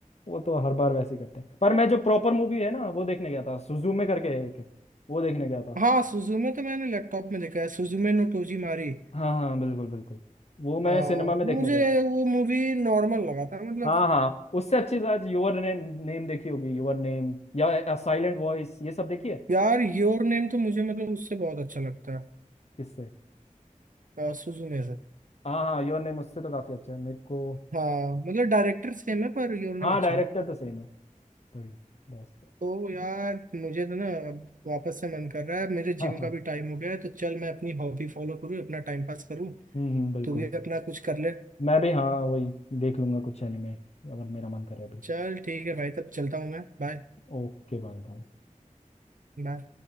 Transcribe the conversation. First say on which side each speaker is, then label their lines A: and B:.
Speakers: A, on the left; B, on the right.
A: वो तो हर बार वैसे ही करते हैं पर मैं जो प्रॉपर मूवी है ना वो देखने गया था सुजुमे करके है एक वो देखने गया था
B: हाँ सुजुमे तो मैंने लैपटॉप में देखा है सुजुमे नो टोजी मारी
A: हाँ हाँ बिल्कुल बिल्कुल वो मैं
B: हाँ
A: सिनेमा में देखने
B: मुझे
A: गया था
B: वो मूवी नॉर्मल लगा था मतलब
A: हाँ हाँ उससे अच्छी शायद योर ने, नेम देखी होगी योर नेम या साइलेंट वॉइस ये सब देखी है
B: यार योर नेम तो मुझे मतलब उससे बहुत अच्छा लगता
A: किससे
B: है आ, सुजुमे से
A: हाँ हाँ योर नेम उससे तो काफी अच्छा है मेरे को
B: हाँ मतलब डायरेक्टर सेम है पर योर नेम
A: हाँ
B: अच्छा
A: डायरेक्टर
B: था
A: तो सेम है पर बस
B: तो यार मुझे तो ना अब वापस से मन कर रहा है मेरे
A: हाँ
B: जिम
A: हाँ
B: का भी टाइम हो गया है तो चल मैं अपनी हॉबी फॉलो करूँ अपना टाइम पास करूँ
A: हम्म हम्म, बिल्कुल
B: तू भी अपना कुछ कर ले
A: मैं भी हाँ वही देख लूंगा कुछ एनिमे अगर मेरा मन करे अभी
B: चल ठीक है भाई तब चलता हूँ मैं बाय
A: Okay bye bye
B: बाय